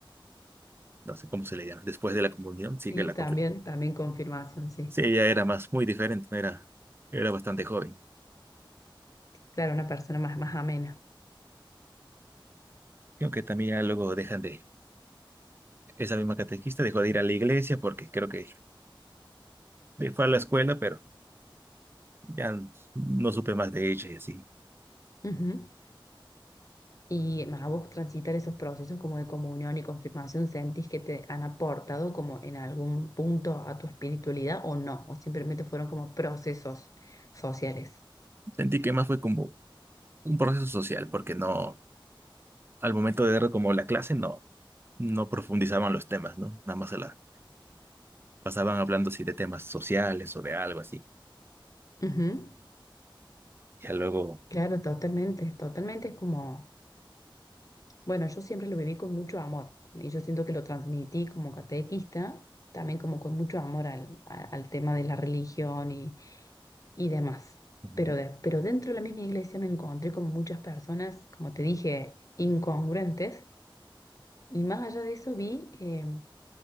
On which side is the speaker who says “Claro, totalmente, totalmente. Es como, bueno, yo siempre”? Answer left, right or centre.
Left